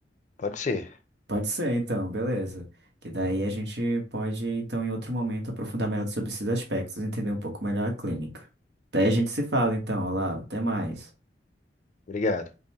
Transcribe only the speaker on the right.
Pode ser, então, beleza. Que daí a gente pode, então, em outro momento, aprofundar melhor sobre esses aspectos, entender um pouco melhor a clínica. Daí a gente se fala, então, Olá, até mais.